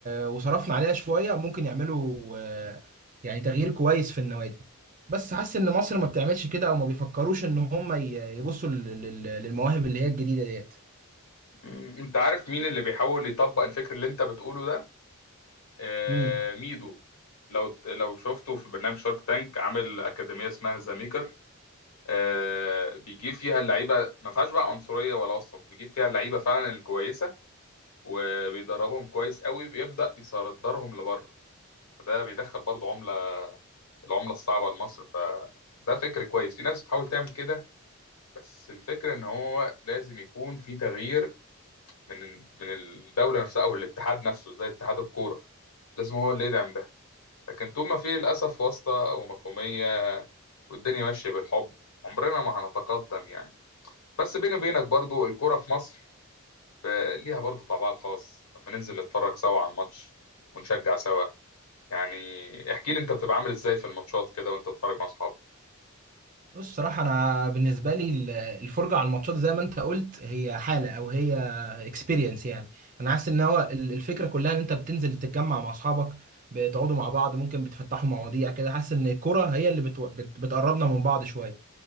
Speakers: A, on the right; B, on the left.
A: وصرفنا عليها شويه ممكن يعملوا آه، يعني تغيير كويس في النوادي بس حاسس ان مصر ما بتعملش كده او ما بيفكروش ان هم ي- يبصوا لل- لل- للمواهب اللي هي الجديده ديت
B: م- انت عارف مين اللي بيحاول يطبق الفكر اللي انت بتقوله ده آه...
A: مين
B: ميدو لو لو شفته في برنامج شارك تانك عامل اكاديميه اسمها ذا ميكر آه، بيجيب فيها اللعيبه ما فيهاش بقى عنصريه ولا وصف بيجيب فيها اللعيبه فعلا الكويسه وبيدربهم كويس قوي بيبدا يصدرهم لبره فده بيدخل برضو عمله العمله الصعبه لمصر فده فكر كويس في ناس بتحاول تعمل كده بس الفكره ان هو لازم يكون في تغيير من من الدوله نفسها او الاتحاد نفسه زي اتحاد الكوره لازم هو اللي يدعم ده لكن طول ما في للاسف واسطه ومفهوميه والدنيا ماشيه بالحب عمرنا ما هنتقدم يعني بس بيني وبينك برضو الكرة في مصر آه، ليها برضو طابعها الخاص لما ننزل نتفرج سوا على الماتش ونشجع سوا يعني احكي لي انت بتبقى عامل ازاي في الماتشات كده وانت بتتفرج مع اصحابك
A: بص صراحة أنا بالنسبة لي ال- الفرجة على الماتشات زي ما أنت قلت هي حالة أو هي اكسبيرينس يعني أنا حاسس إن هو ال- الفكرة كلها إن أنت بتنزل تتجمع مع أصحابك بتقعدوا مع بعض ممكن بتفتحوا مواضيع كده حاسس إن الكرة هي اللي بتو... بت... بتقربنا من بعض شوية